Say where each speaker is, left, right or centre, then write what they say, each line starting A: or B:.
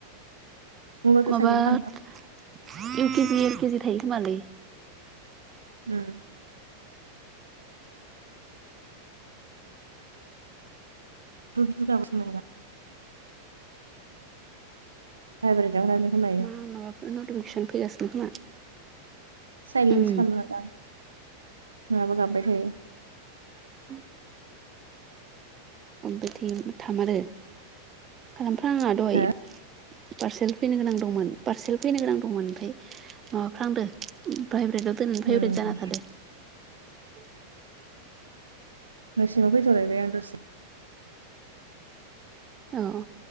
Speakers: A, on the right (about 80°); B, on the right (about 25°).
A: मबाइलखौ
B: माबा
A: साइलेन्ट खालामनांगौ
B: इउ केजि एल केजि थायो खोमालै।
A: उम दुट दुट गाबो नोंना भाइब्रेटआव लानो खोमायो
B: मा माबाफोर नटिफिकेसन फैगासिनो खोमा
A: साइलेन्ससो
B: उम
A: खालामना लादों आं नङाबा गाबाय थयो
B: औ बिथिं थामारो खालामफ्रा आंआ दहाय
A: हो
B: पार्सेल फैनो गोनां दंमोन पारसेल फैनो गोनां दंमोन ओमफ्राय माबाफ्रांदों भ्राइभेटआव
A: उम
B: <unintelligible>
A: न'सिंङाव फैथ'लायबाय आं दसे ‌।
B: औ औ